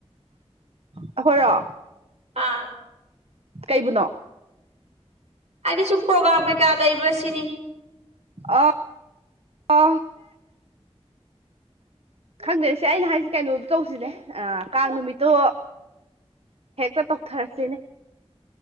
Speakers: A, on the right (about 65°); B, on the right (about 80°).
A: ꯍꯈꯣꯏꯔꯣ
B: ꯑꯥ
A: ꯀꯩꯕꯨꯅꯣ
B: ꯍꯥꯏꯗꯤ ꯁꯨꯝ ꯄ꯭ꯔꯣꯒꯥꯝ ꯀꯩꯀꯥ ꯂꯩꯕ꯭ꯔꯥ ꯁꯤꯅꯤ
A: ꯑ ꯑ ꯈꯪꯗꯦꯁꯦ ꯑꯩꯅ ꯍꯥꯏꯁꯦ ꯀꯩꯅꯣꯗꯣ ꯇꯧꯁꯤꯅꯦ ꯀꯥꯡ ꯅꯨꯃꯤꯠꯇꯣ ꯍꯦꯛꯇ ꯇꯧꯊꯔꯁꯤꯅꯦ꯫